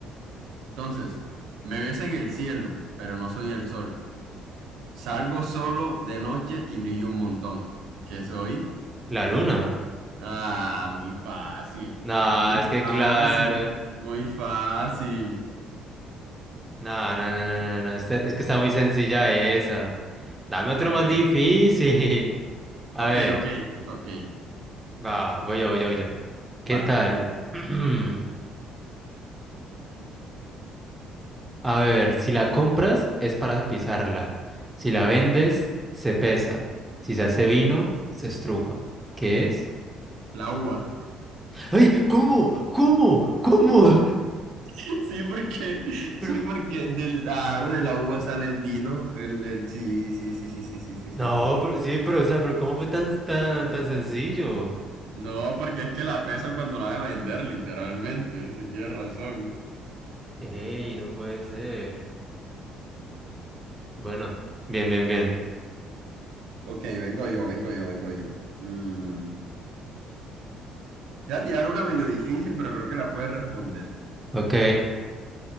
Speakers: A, on the right; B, in the centre.
A: Entonces, me ves en el cielo, pero no soy el sol. Salgo solo de noche y brillo un montón. ¿Qué soy?
B: La luna.
A: Ah, muy fácil,
B: Nah,
A: muy
B: es que
A: fácil,
B: claro.
A: muy fácil.
B: No, no, no, no, no, no. este- es que está muy sencilla esa. Dame otro
A: Ok,
B: más difícil. <laughs> A
A: ok,
B: ver,
A: ok, ok,
B: va, voy yo, voy yo, voy yo. ¿Qué
A: vale.
B: tal? <clears throat> A ver, si la compras es para pisarla. Si la vendes, se pesa. Si se hace vino, se estruja. ¿Qué es?
A: La uva.
B: ¡Ay! ¿Cómo? ¿Cómo? ¿Cómo? <laughs>
A: <laughs> Sí, porque,
B: Pero-
A: sí, porque del aro de la uva sale el vino. El, el, sí, sí, sí, sí, sí, sí, sí, sí,
B: No,
A: sí. sí.
B: pero sí, pero, o sea, pero ¿cómo fue tan, tan, tan sencillo?
A: No, porque es que la pesan cuando la van a vender, literalmente, si tienes razón.
B: ¡Ey! No puede ser. Bueno, bien, bien, bien.
A: Ok, vengo yo, vengo yo, vengo yo. Mm, Te voy a tirar una medio difícil, pero creo que la puedes responder.
B: Ok.